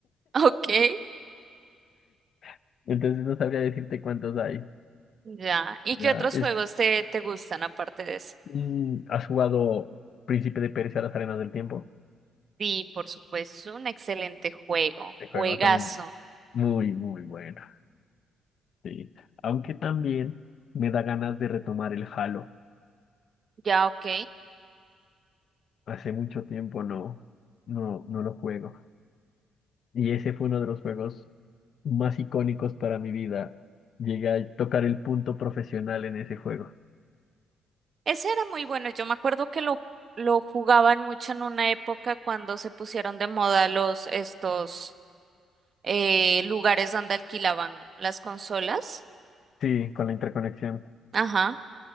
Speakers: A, on the right; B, on the left.
A: <laughs> Ok.
B: <laughs> Entonces no sabría decirte cuántos hay.
A: Ya. ¿Y qué
B: Ya
A: otros
B: es,
A: juegos te, te gustan aparte de eso?
B: mm, ¿has jugado Príncipe de Persia, las arenas del tiempo?
A: Sí, por supuesto, un excelente juego.
B: El juego
A: Juegazo.
B: también es muy, muy bueno. Sí, aunque también me da ganas de retomar el Halo.
A: Ya, ok.
B: Hace mucho tiempo no, no, no lo juego. Y ese fue uno de los juegos más icónicos para mi vida. Llegué a tocar el punto profesional en ese juego.
A: Ese era muy bueno. Yo me acuerdo que lo, lo jugaban mucho en una época cuando se pusieron de moda los estos eh, lugares donde alquilaban las consolas.
B: Sí, con la interconexión.
A: Ajá.